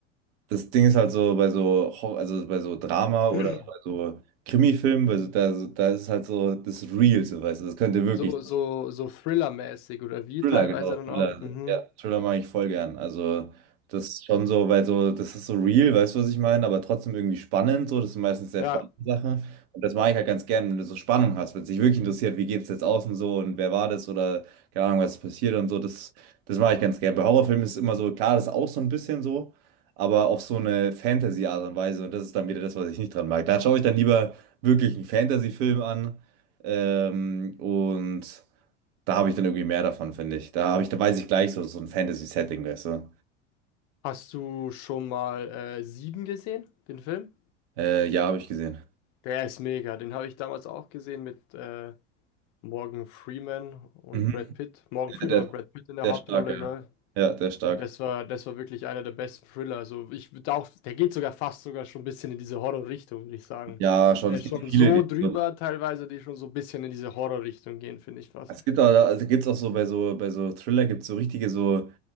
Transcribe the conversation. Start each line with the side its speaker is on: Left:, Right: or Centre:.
Right: Das Ding ist halt so bei so Hor- also bei so Drama oder
Left: <clears throat>
Right: bei so Krimi-Filmen, weil so, da, so, da ist es halt so, das ist real, so weißt du, das könnte wirklich
Left: so, so, so Thriller-mäßig oder wie
Right: Thriller,
Left: teilweise
Right: genau,
Left: dann
Right: Thriller,
Left: auch. Mhm.
Right: ja, Thriller mag ich voll gern. Also, das ist schon so, weil so, das ist so real, weißt du, was ich meine, aber trotzdem irgendwie spannend, so, das sind meistens sehr
Left: Ja.
Right: spannende Sachen. Und das mag ich halt ganz gern, wenn du so Spannung hast, wenn es dich wirklich interessiert, wie geht es jetzt außen so und wer war das oder keine Ahnung, was ist passiert und so, das, das mag ich ganz gern. Bei Horrorfilmen ist es immer so, klar, das ist auch so ein bisschen so, aber auf so eine Fantasy-Art und Weise und das ist dann wieder das, was ich nicht dran mag. Da schaue ich dann lieber wirklich einen Fantasy-Film an ähm, und. Da habe ich dann irgendwie mehr davon, finde ich. Da habe ich, da weiß ich gleich so, so ein Fantasy-Setting, weißt du.
Left: Hast du schon mal äh, Sieben gesehen, den Film?
Right: Äh, ja, habe ich gesehen.
Left: Der ist mega. Den habe ich damals auch gesehen mit äh, Morgan Freeman und
Right: Mhm.
Left: Brad Pitt. Morgan Freeman
Right: Ja, der,
Left: und Brad Pitt in der
Right: der
Left: Hauptrolle,
Right: ist stark, ja.
Left: glaube
Right: Ja, der ist stark.
Left: Und das war, das war wirklich einer der besten Thriller. Also ich würde auch, der geht sogar fast sogar schon ein bisschen in diese Horror-Richtung, würde ich sagen.
Right: Ja, schon.
Left: Der
Right: Es
Left: ist
Right: gibt
Left: schon
Right: viele,
Left: so
Right: die
Left: drüber
Right: so.
Left: teilweise, die schon so ein bisschen in diese Horror-Richtung gehen, finde ich fast.
Right: Es gibt auch, also gibt's auch so bei so, bei so Thriller gibt es so richtige so